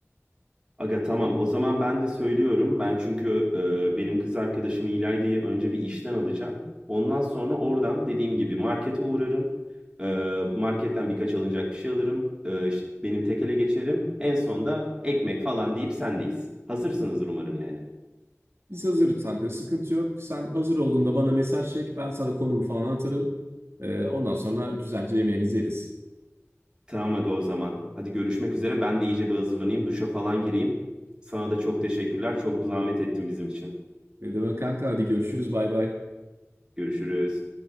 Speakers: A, on the right; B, on the right.
A: Aga tamam o zaman ben de söylüyorum. Ben çünkü e, benim kız arkadaşım İlayda'yı önce bir işten alacağım. Ondan sonra oradan dediğim gibi markete uğrarım. E, marketten birkaç alınacak bir şey alırım. E, işte benim tekele geçerim. En sonda ekmek falan deyip sendeyiz. Hazırsınızdır umarım yani.
B: Biz hazırlık kanka, sıkıntı yok. Sen hazır olduğunda bana mesaj çek. Ben sana konumu falan atarım. E, ondan sonra güzelce yemeğimizi yeriz.
A: Tamam aga o zaman. Hadi görüşmek üzere. Ben de iyice bir hazırlanayım. Duşa falan gireyim. Sana da çok teşekkürler. Çok zahmet ettin bizim için.
B: Ne demek kanka hadi görüşürüz bay bay.
A: Görüşürüz.